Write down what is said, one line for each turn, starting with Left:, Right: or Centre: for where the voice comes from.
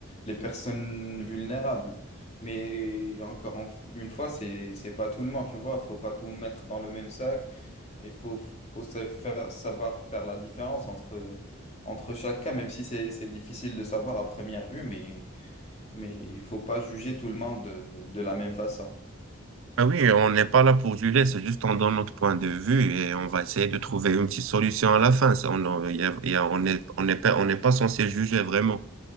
Left: les personnes vulnérables. Mais encore en- une fois, c'est, c'est pas tout le monde, tu vois. Faut pas tout mettre dans le même sac. Il faut, faut sa- faire, savoir faire la différence entre entre chaque cas, même si c'est c'est difficile de savoir à première vue, mais mais il faut pas juger tout le monde de, de la même façon.
Right: Ah oui, on n'est pas là pour juger, c'est juste on donne notre point de vue et on va essayer de trouver une petite solution à la fin. Ça, on, on- y a- y a- on est, on n'est pas, on n'est pas censé juger vraiment.